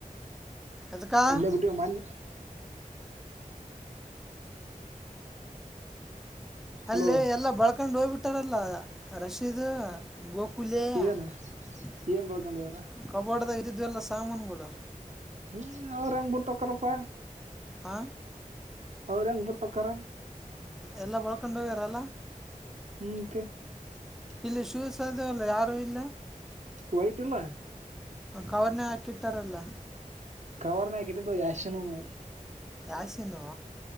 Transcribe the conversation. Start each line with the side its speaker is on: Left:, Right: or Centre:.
Centre: ಎದಕ್ಕ
Right: ಅಲ್ಲೇ ಬಿಟ್ವಿ ಮನ್ನಿ.
Centre: ಅಲ್ಲಿ
Right: ಅಲೋ
Centre: ಎಲ್ಲಾ ಬಳ್ಕೊಂಡ್ ಹೋಗ್ಬಿಟ್ಟಾರಲ್ಲ ರಶೀದ ಗೋ <unintelligible>
Right: ಏನ್ ಏನ್ ಬೆಳ್ಕೊಂಡ್ಯಾರ
Centre: ಕಬೋಡಾಗಿರೋ ಸಾಮಾನಗಳು.
Right: ಹ್ಮ್ ಅವ ರಂಗ ಬಿಟೊಕರಪ್ಪ.
Centre: ಹ.
Right: ಅವ್ರ ಹಂಗ್ಬುಟ್ಟಕ್ಕಾರೆ.
Centre: ಎಲ್ಲ ಬಳ್ಕೊಂಡು ಹೋಗ್ಯಾರಲ್ಲ.
Right: <unintelligible>
Centre: ಇಲ್ಲಿ ಶೂಸ್ ಅದುಲ್ಲ ಯಾರು ಇಲ್ಲ.
Right: ವೈಟ್ ಇಲ್ಲ.
Centre: ಕವರ್ನೇಗ ಹಾಕಿಟ್ಟಾರಲ್ಲ.
Right: ಕವರ್ನಯಾಗ ಇಟ್ಟಿದ್ದು ಯಾಷಿನುನೂ ಅವ.
Centre: ಯಾಶೀನು.